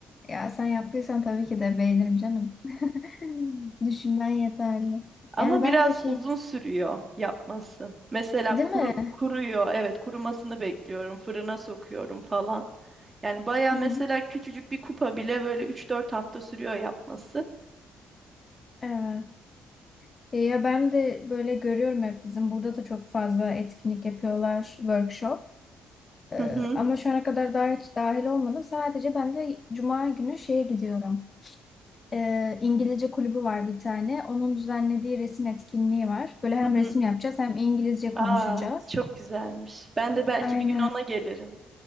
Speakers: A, on the left; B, on the right.
A: ya sen yaptıysan tabii ki de beğenirim canım. <laughs> Düşünmen yeterli.
B: Ama
A: Yani
B: biraz
A: ben de şey
B: uzun sürüyor yapması. Mesela
A: değil
B: kuru,
A: mi?
B: kuruyor. Evet, kurumasını bekliyorum. Fırına sokuyorum falan. Yani baya
A: Hı
B: mesela
A: hı.
B: küçücük bir kupa bile böyle üç dört hafta sürüyor yapması.
A: Evet. E, Ya ben de böyle görüyorum hep bizim burada da çok fazla etkinlik yapıyorlar, workshop. E,
B: Hı hı,
A: ama şu ana kadar daha hiç dahil olmadım. Sadece ben de cuma günü şeye gidiyorum. E, İngilizce kulübü var bir tane. Onun düzenlediği resim etkinliği var. Böyle hem
B: hı hı.
A: resim yapacağız hem İngilizce
B: Aa,
A: konuşacağız.
B: çok güzelmiş. Ben
A: E,
B: de belki
A: aynen.
B: bir gün ona gelirim.